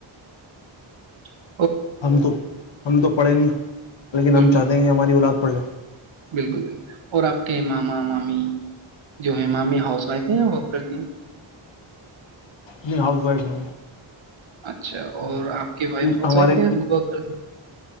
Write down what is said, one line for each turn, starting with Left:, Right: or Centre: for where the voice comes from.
Right: ہ
Left: ہم تو ہم تو پڑھے نہیں لیکن
Right: بالکل
Left: ہم چاہتے ہیں کہ ہماری اولاد پڑھے
Right: بالکل بالکل اور آپ کے ماما مامی جو ہے مامی ہاؤس وائف ہے یا ورک کرتی
Left: یہ ہاؤس وائف ہے
Right: اچھا اور آپ کی وائف ہاؤس
Left: ہمارے
Right: وائف ہے یا گوگل کر